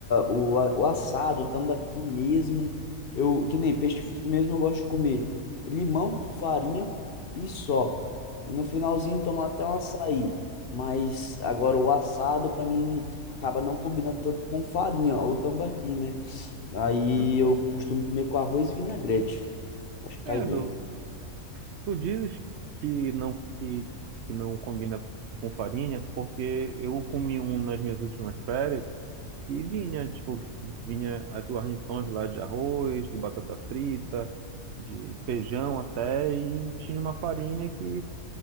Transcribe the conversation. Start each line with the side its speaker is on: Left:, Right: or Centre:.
Left: o, a- o assado, o tambaqui mesmo. Eu, que nem peixe frito mesmo, eu gosto de comer limão, farinha e só. E no finalzinho tomar até um açaí. Mas agora o assado, pra mim, acaba não combinando tanto com farinha ou tambaqui, né? Aí
Right: uhum.
Left: eu costumo comer com arroz e vinagrete. Acho que cai
Right: É,
Left: bem.
Right: meu, tu dizes que não, que, que não combina com farinha, porque eu comi um nas minhas últimas férias E vinha, tipo, vinha as guarnições lá de arroz, de batata frita, de feijão até, e tinha uma farinha que,